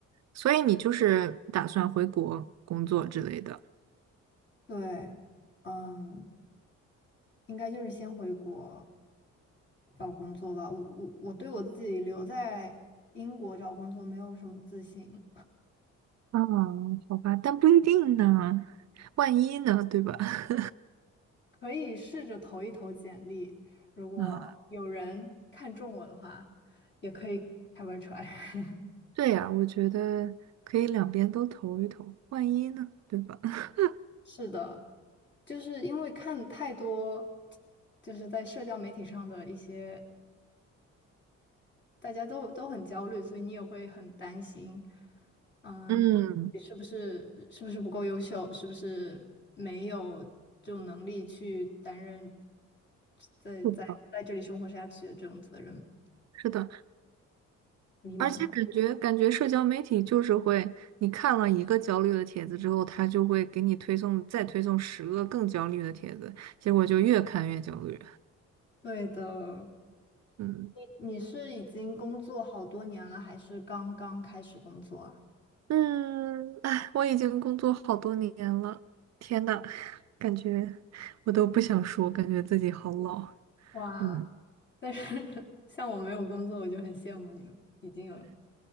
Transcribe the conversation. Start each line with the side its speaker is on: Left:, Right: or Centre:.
Right: 所以你就是打算回国工作之类的。
Left: 对，嗯，应该就是先回国找工作吧。我我我对我自己留在英国找工作没有什么自信，
Right: 啊，好吧，但不一定呢，万一呢，对吧？<laughs>
Left: 可以试着投一投简历，如果有人看中我的话，
Right: 啊，
Left: 也可以 have a try。<laughs>
Right: 对呀，我觉得可以两边都投一投，万一呢，对吧？<laughs>
Left: 是的，就是因为看太多，就是在社交媒体上的一些，大家都都很焦虑，所以你也会很担心，嗯，
Right: 嗯，
Left: 你是不是是不是不够优秀，是不是没有这种能力去担任在在在这里生活下去的这种责任，
Right: 是的，是的。
Left: 迷茫。
Right: 而且感觉感觉社交媒体就是会，你看了一个焦虑的帖子之后，它就会给你推送再推送十个更焦虑的帖子，结果就越看越焦虑。
Left: 对的，
Right: 嗯
Left: 你是已经工作好多年了，还是刚刚开始工作啊？
Right: 嗯，哎，我已经工作好多年了，天呐，感觉我都不想说，感觉自己好老。
Left: 哇，
Right: 嗯。
Left: 但是 <laughs> 像我没有工作，我就很羡慕你们已经有